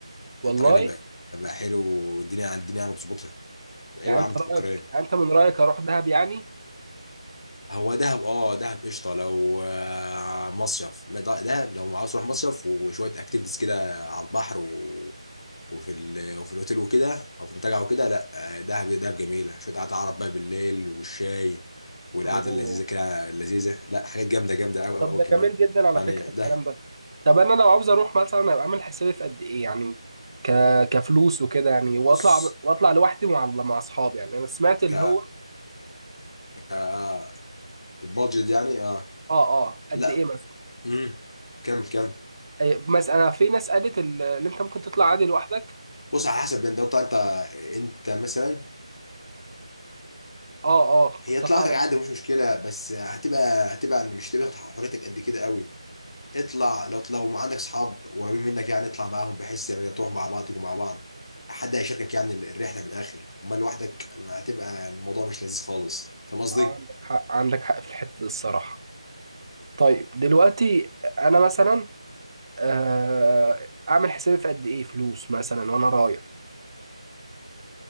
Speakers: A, on the right; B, on the left.
A: والله
B: الطريق هناك بقى, بقى حلو والدنيا الدنيا يعني بتظبطها ايوه
A: يعني
B: يا
A: انت
B: عم تفكر
A: رايك
B: ايه
A: يعني انت من رايك اروح دهب يعني
B: هو دهب اه دهب قشطه لو آه، مصيف ما ده- دهب لو عاوز تروح مصيف وشويه اكتيفيتيز كده على البحر و... وفي ال... وفي الاوتيل وكده او في منتجع وكده لا آه، دهب دهب جميله شويه قعده عرب بقى بالليل والشاي والقعده
A: اوه
B: اللذيذه كده اللذيذه لا حاجات جامده جامده قوي
A: طب
B: قوي قوي
A: ده
B: كمان
A: جميل جدا على
B: يعني
A: فكره الكلام
B: دهب
A: ده طب انا لو عاوز اروح مثلا ابقى عامل حسابي في قد ايه يعني ك... كفلوس وكده يعني واطلع
B: بص
A: واطلع لوحدي مع مع اصحابي يعني انا سمعت اللي
B: ك
A: هو
B: ك البادجت يعني اه
A: اه اه قد
B: لا
A: ايه مثلا
B: امم كمل كمل
A: ايه، مثلا في ناس قالت ال- اللي انت ممكن تطلع عادي لوحدك
B: بص على حسب انت انت انت مثلا
A: اه اه
B: هي
A: كنت
B: طلعتك
A: اطلع انا
B: عادي مش مشكله بس هتبقى هتبقى يعني مش هتبقى حريتك قد كده قوي اطلع لو لو ما عندك اصحاب قريبين منك يعني اطلع معاهم بحيث يعني تروح مع بعض تكون مع بعض حد هيشاركك يعني الرحله في الاخر اما لوحدك ما هتبقى الموضوع مش لذيذ خالص فاهم قصدي؟
A: اه عندك حق عندك حق في الحتة دي الصراحة طيب دلوقتي أنا مثلا آه، أعمل حسابي في قد إيه فلوس مثلا وأنا رايح